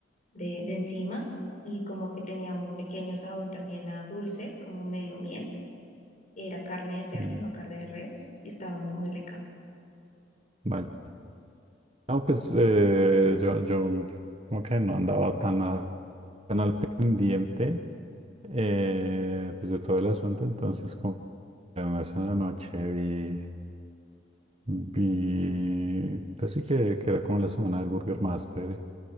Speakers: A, on the left; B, on the right.
A: de, de encima, y como que tenía un pequeño sabor también a dulce, como medio miel. Era carne de cerdo,
B: Mm,
A: no carne de res, y estaba muy, muy rica.
B: Vale. No, pues eh, yo, yo como que no andaba tan, a- tan al pendiente eh, pues de todo el asunto, entonces como que una vez en la noche vi, vi, pues sí que, que era como la semana del Burger Master